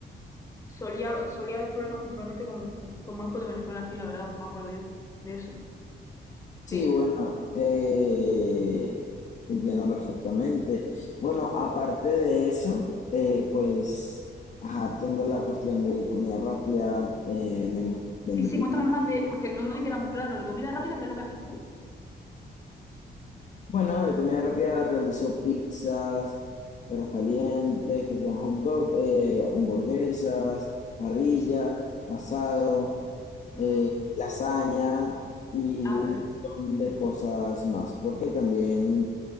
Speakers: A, on the left; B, on the left.
A: solía, solía haber problemas principalmente con, con Banco de Venezuela, sí, la verdad, me acuerdo yo de eso.
B: Sí,
A: Sí.
B: bueno, eh, te entiendo perfectamente. Bueno, aparte de eso, eh, pues, ajá, tengo la cuestión de comida rápida, eh, vendemos, vendo
A: Y sí, cuéntame más de, porque no me queda muy claro lo de comida rápida, ¿qué es lo que haces tú?
B: Bueno, de comida rápida realizó pizzas, perros calientes, que sean hot dog, eh, hamburguesas, parrillas,
A: Sí, sí, sí.
B: asado,
A: Ujú.
B: eh, lasaña y
A: Ah,
B: un
A: qué rico.
B: montón de cosas más. Porque también